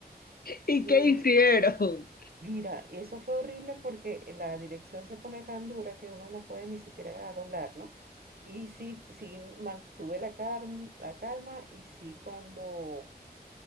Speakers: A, on the left; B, on the right.
A: ¿Y
B: Y
A: qué hicieron?
B: mira, eso fue horrible porque la dirección se pone tan dura que uno no puede ni siquiera doblar, ¿no? Y sí, sí mantuve la calma, la calma y sí cuando